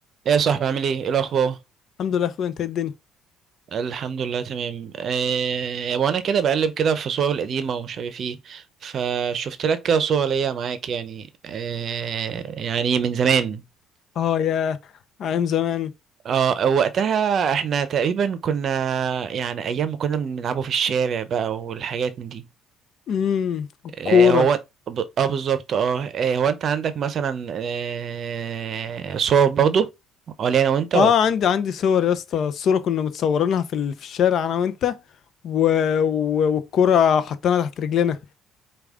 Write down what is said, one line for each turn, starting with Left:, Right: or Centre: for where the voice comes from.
Right: ايه يا صاحبي عامل ايه إيه الاخبار
Left: الحمد لله يا اخويا انت إيه الدنيا
Right: الحمد لله تمام أه وانا كده بقلب كده في صور القديمه ومش عارف ايه فشفت لك كده صوره ليا معاك يعني أه يعني من زمان
Left: اه يا ايام زمان
Right: اه وقتها احنا تقريبا كنا يعني ايام ما كنا بنلعبوا في الشارع بقى والحاجات من دي
Left: امم الكوره
Right: أه هو ب- اه بالظبط اه آه، هو انت عندك مثلا أه صور برضو ولا انا وانت ولا
Left: اه عندي عندي صور يا اسطى الصوره كنا متصورينها في ال- في الشارع انا وانت و... و... والكوره حطيناها تحت رجلنا